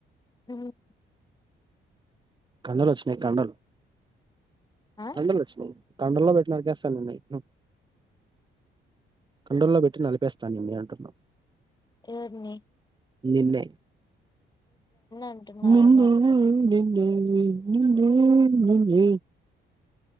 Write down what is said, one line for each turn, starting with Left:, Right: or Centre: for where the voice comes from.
Left: ఉమ్
Right: కండలు వచ్చినయి కండలు
Left: ఆ
Right: కండలు వచ్చినయి కండల్లో పెట్టినరికేస్తా నైట్ ను కండూల్లో పెట్టి నలిపేస్తా నిన్నీ అంటున్నా
Left: ఎవుర్ని
Right: నిన్నే
Left: అంటున్నావేమో
Right: <unintelligible>
Left: అనుకున్నా.
Right: ని ని